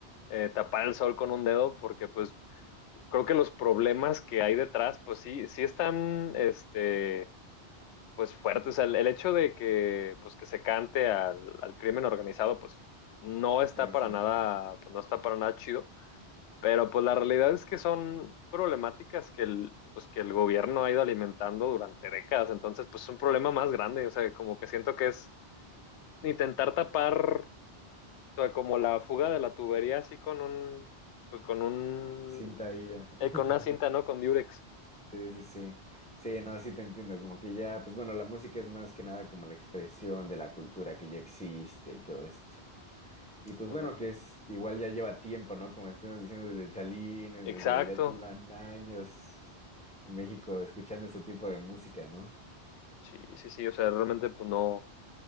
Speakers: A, on the left; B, in the centre.
A: eh, tapar el sol con un dedo, porque pues creo que los problemas que hay detrás, pues sí, sí están, este pues fuerte. O sea, el, el hecho de que, pues, que se cante al, al crimen organizado, pues no está
B: Sí,
A: para
B: sí,
A: nada, pues, no está para nada chido. Pero pues la realidad es que son problemáticas que el, pues, que el gobierno ha ido alimentando durante décadas. Entonces, pues es un problema más grande. O sea, como que siento que es intentar tapar, o sea, como la fuga
B: sí.
A: de la tubería así con un, pues con un,
B: Cinta IA.
A: eh, con una
B: <laughs>
A: cinta, ¿no? Con Durex.
B: Sí, sí, sí. Sí, no, sí te entiendo. Como que ya, pues bueno, la música es más que nada como la expresión de la cultura que ya existe y todo esto. Y
A: Exactamente.
B: pues bueno, que es igual ya lleva tiempo, ¿no? Como estuvimos diciendo desde Chalín, desde
A: Exacto.
B: ya llevan años en México escuchando este tipo de música, ¿no?
A: Sí, sí, sí. O sea, realmente pues no,